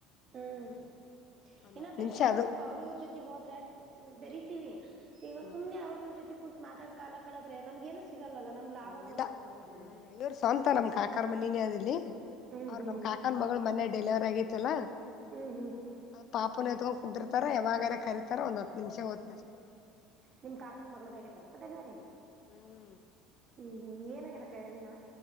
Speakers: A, on the right (about 40°); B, on the left (about 50°).
A: ಹ್ಮ್
B: ಒಂದ್
A: ಇನ್ನ
B: ಹತ್ತ್
A: ಬೆಸ್ಟ್
B: ನಿಮಿಷ
A: ಅಕ್ಕಾ
B: ಅದು
A: ಸ್ವಲ್ಪ ಅವ್ರ ಜೊತೆ ಇವ್ರು ಜೊತೆ ಹೋದ್ರೆಬೆರಿ ಈಗ
B: ಹ್ಮ್
A: ಸುಮ್ಮನೆ ಅವ್ರ್ರ ಇವ್ರು ಜೊತಿ ಕುಂತ್ ಮಾತಾಡ ಕಾಲ ಕಳಿದ್ರೆ ನಮಗೆ ಏನು ಸಿಗಲ್ಲಲ್ಲ ನಮ್ ಲಾಭ
B: ಹ್ಮ್
A: ನೋಡ್ಬೇಕು
B: ಇಲ್ಲ.
A: ಅಂತಾರ ನಮ್ಮನೆ
B: ಹ್ಮ್ ಇವ್ರ ಸ್ವಂತ ನಮ್ ಕಾಕಾರ್ ಮನಿನೇ ಅದಿಲ್ಲಿ.
A: ಹ್ಮ್
B: ಅವ್ರ
A: ಹ್ಮ್
B: ನಮ್ ಕಾಕನ್ ಮಗಳು ಮನ್ ಡೆಲಿವರ್ ಆಗಿತ್ತಲ್ಲ
A: ಹ್ಮ್ ಹ್ಮ್ ಹ್ಮ್
B: ಅದ ಪಾಪನ ಎತ್ಕೊಂ ಕುದಿರ್ತಾರ ಯಾವಾಗಾರ ಕರೀತಾರ ಒಂದ್ ಹತ್ತು ನಿಮಿಷ ಹದ್ತನ ಅಷ್ಟೇ
A: ನಿಮ ಕಾಕನ್ ಮಗಳ ಆಗೈತಾನೆಕ್ಕ ಡೆಲಿವರಿ
B: ಹ್ಮ್
A: ಹ್ಮ್ ಹ್ಮ ಏ <unintelligible> ಹೆಣ್ಣಾ